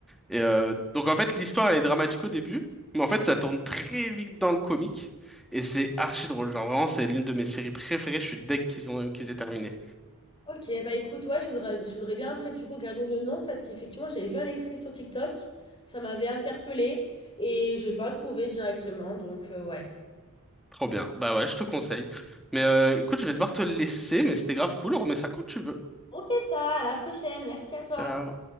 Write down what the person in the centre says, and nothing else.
et euh, donc en fait, l'histoire elle est dramatique au début, mais en fait ça tourne très vite dans le comique et c'est archi drôle. Genre vraiment, c'est l'une de mes séries préférées. Je suis deg qu'ils ont qu'ils aient terminé.
Trop bien. Bah ouais, je te conseille. Mais euh, écoute, je vais devoir te laisser, mais c'était grave cool. On remet ça quand tu veux.
Ciao.